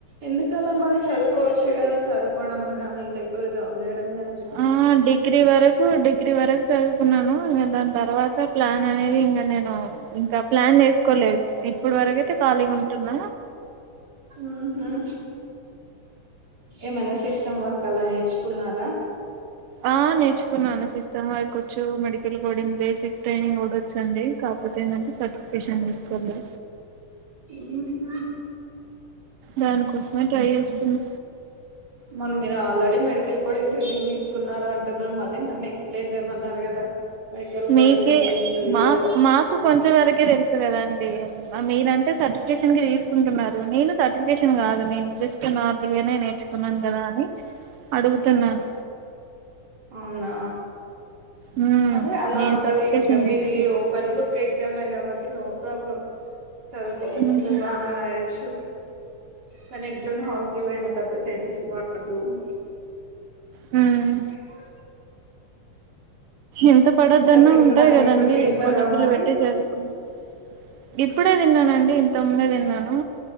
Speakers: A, on the right; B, on the right.
A: ఎందుకలా మరి చదువుకోవచ్చు కదా చదువుకోవడం కానీ లేైపోతే జాబ్ చేయడం కానీ
B: ఆ డిగ్రీ వరకు డిగ్రీ వరకు చదు కున్నాను ఇంక దాని తర్వాత ప్లాన్ అనేది ఇంకా నేను ఇంకా ప్లాన్ చేసుకోలేదు ఇప్పుడు వరకు అయితే ఖాళీగా ఉంటుంద
A: ఊ హ్మ్ ఏమన్న సిస్టమ్ వర్క్ అలా నేర్చుకున్నారా
B: ఆ నేర్చుకున్నాను సిస్టమ్ వర్క్ వచ్చు మెడికల్ కోడింగ్ బేసిక్ ట్రైనింగ్ కూడా వచ్చండి కాకపోతే ఏంటంటే సర్టిఫికేషన్ తీసుకోవాలి
A: హ్మ్
B: దానికోసమే ట్రై చేస్తున్నా
A: మరి మీరు ఆల్రెడీ మెడికల్ కోడింగ్ ట్రైనింగ్ తీసుకున్నారు అంటున్నారు మళ్ళీ నన్ను ఎక్స్ప్లెయిన్ చేయమన్నారు కదా మెడికల్
B: మీకె
A: కోడింగ్ అంటే ఏంటది
B: మాకు
A: అని
B: మాకు కొంచెం వరకే తెలుసు కదాండి, ఎ మీరా సర్టిఫికేషన్ ఇంకా
A: ఊహు
B: తీసుకుంటున్నారు, నేను సర్టిఫికేషన్ కాదు నేను జస్ట్ నార్మల్ గానే నేర్చుకున్నాను కదా అని అడుగుతున్నాను.
A: అవునా
B: హ్మ్
A: అదే అలా
B: నేను
A: ఉంటది,
B: సర్టిఫికేషన్
A: ఎగ్జామ్
B: తీసుకుర్రు
A: ఇది ఓపెన్ బుక్ ఎగ్జామ్, బట్టి నో ప్రాబ్లమ్ చదువుకోవచ్చు
B: హ్మ్
A: బాగా రాయొచ్చు కానీ ఎగ్జామ్ హాల్కి పోయిన తరుత, షన్మాదురం
B: హ్మ్
A: <unintelligible>
B: ఎంత పడొద్దన్న
A: ఇంకా తిన్నా
B: ఉంటయి, కదండి
A: ఇప్పుడు తింటారా
B: ఎక్కువ డబ్బులు
A: మరి
B: పెట్టి చదువుకు ఇప్పు ఇప్పుడే తిన్నానండి, ఇంత ముందే తిన్నాను